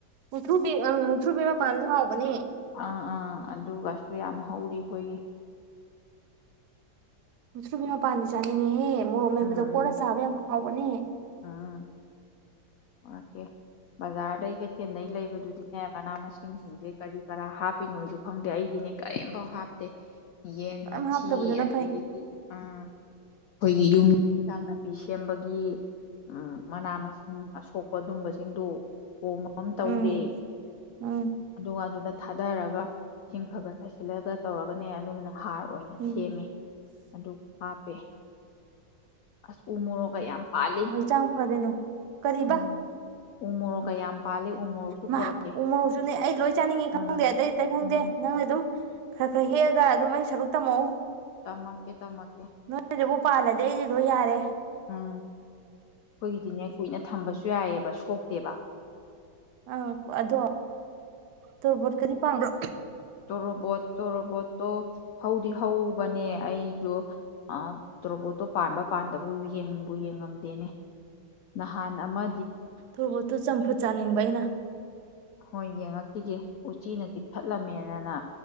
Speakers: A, on the right; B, on the left.
A: ꯃꯨꯊ꯭ꯔꯨꯕꯤ ꯑ ꯃꯨꯊ꯭ꯔꯨꯕꯤ ꯃꯄꯥꯟꯗꯁꯨ ꯍꯥꯎꯕꯅꯦ
B: ꯑꯥ ꯑꯥ ꯑꯗꯨꯒꯁꯨ ꯌꯥꯝ ꯍꯧꯔꯤ ꯑꯩꯈꯣꯏꯒꯤ
A: ꯃꯨꯛꯊ꯭ꯔꯨꯕꯤ ꯃꯄꯥꯟꯗꯤ ꯆꯥꯅꯤꯡꯉꯤꯍꯦ ꯃꯣꯔꯣꯛ ꯃꯦꯇꯄꯗ
B: ꯎꯝ
A: ꯀꯣꯠꯂ
B: ꯎꯝ
A: ꯆꯥꯕ ꯌꯥꯝ ꯍꯥꯎꯕꯅꯤ
B: ꯎꯝ ꯄꯨꯔꯛꯀꯦ ꯕꯖꯥꯔꯗꯩ ꯀꯩꯊꯦꯜꯗꯩ ꯂꯩꯕꯗꯨꯗꯤꯅꯦ ꯃꯅꯥ ꯃꯁꯤꯡ ꯁꯤꯡ ꯁꯤꯡꯁꯦ ꯀꯔꯤ ꯀꯔꯥ ꯍꯥꯞꯄꯤꯅꯣꯁꯨ ꯐꯪꯗꯦ ꯑꯩꯗꯤꯅꯦ ꯀꯔꯤꯝꯐꯥꯎ ꯍꯥꯞꯇꯦ ꯌꯦꯟ
A: ꯌꯥꯝ
B: ꯃꯊꯤ
A: ꯍꯥꯞꯇꯕꯗꯨꯅ
B: ꯑꯗꯒꯤꯗꯤ
A: ꯐꯩ
B: ꯑꯝ ꯑꯩꯈꯣꯏꯒꯤ ꯌꯨꯝ ꯏꯟꯁꯥꯡ ꯅꯥꯄꯤ ꯁꯦꯝꯕꯒꯤ ꯎꯝ ꯃꯅꯥ ꯃꯁꯤꯡ ꯑꯁꯣꯛ ꯑꯗꯨꯝꯕꯁꯤꯡꯗꯨ ꯀꯣ ꯝ ꯇꯧꯔꯦ
A: ꯎꯝ ꯎꯝ
B: ꯑꯗꯨꯒ ꯑꯗꯨꯗ ꯊꯥꯗꯔꯒ ꯏꯁꯤꯡ ꯈꯔ ꯈꯔ ꯆꯥꯏꯁꯤꯜꯂꯒ ꯇꯧꯔꯒꯅꯦ ꯑꯗꯨꯃꯅ ꯍꯥꯔ ꯑꯣꯏꯅ
A: ꯎꯝ
B: ꯁꯦꯝꯃꯦ ꯑꯗꯨ ꯍꯥꯞꯄꯦ ꯑꯁ ꯎꯃꯣꯔꯣꯒꯀ ꯌꯥꯝ ꯄꯥꯜꯂꯤ
A: ꯆꯥꯡ ꯐꯗꯣꯏꯅꯣ ꯀꯔꯤꯕꯥ
B: ꯎꯝ ꯎ ꯃꯣꯔꯣꯛꯀ ꯌꯥꯝ ꯄꯥꯜꯂꯤ ꯎ ꯃꯣꯔꯣꯛꯁꯨ
A: ꯃꯥ
B: ꯄꯣꯔꯛꯀꯦ
A: ꯎ ꯃꯔꯣꯔꯣꯛꯁꯨꯅꯦ ꯑꯩ ꯂꯣꯏ ꯆꯥꯅꯤꯡꯉꯤ ꯈꯪꯗꯦ
B: ꯎꯝ
A: ꯑꯇꯩ ꯑꯇꯩ ꯈꯪꯗꯦ
B: ꯎꯝ
A: ꯅꯪꯅ ꯑꯗꯨꯝ ꯈꯔ ꯈꯔ ꯍꯦꯛꯑꯒ ꯑꯗꯨꯝ ꯑꯩ ꯁꯔꯨꯛ ꯇꯝꯃꯛꯎ
B: ꯇꯝꯃꯛꯀꯦ ꯇꯝꯃꯛꯀꯦ
A: ꯅꯣꯏꯗꯨꯕꯨ ꯄꯥꯜꯂꯗꯤ ꯑꯩꯗꯤ ꯂꯣꯏ ꯌꯥꯔꯦ
B: ꯎꯝ ꯑꯩꯈꯣꯏꯒꯤꯗꯤꯅꯦ ꯀꯨꯏꯅ ꯊꯝꯕꯁꯨ ꯌꯥꯏꯌꯦꯕ ꯁꯣꯛꯇꯦꯕ
A: ꯎꯝ ꯑꯗꯣ ꯇꯣꯔꯕꯣꯠꯀꯗꯤ ꯄꯥꯝꯕ꯭ꯔꯣ
B: ꯇꯣꯔꯣꯕꯣꯠ ꯇꯣꯔꯣꯕꯣꯠꯇꯣ ꯍꯧꯗꯤ ꯍꯧꯕꯅꯦ ꯑꯩꯗꯨ ꯑ ꯇꯣꯔꯣꯕꯣꯠꯇꯣ ꯄꯥꯟꯕ ꯄꯥꯟꯗꯕꯨ ꯌꯦꯡꯕꯨ ꯌꯦꯡꯉꯝꯗꯦꯅꯦ ꯅꯍꯥꯟ ꯑꯃ
A: ꯇꯣꯔꯣꯕꯣꯠꯇꯨ ꯆꯝꯐꯨꯠ ꯆꯥꯅꯤꯡꯕ ꯑꯩꯅ
B: ꯍꯣꯏ ꯌꯦꯡꯉꯛꯈꯤꯒꯦ ꯎꯆꯤꯅ ꯆꯤꯛꯊꯠꯂꯝꯃꯦꯅꯅ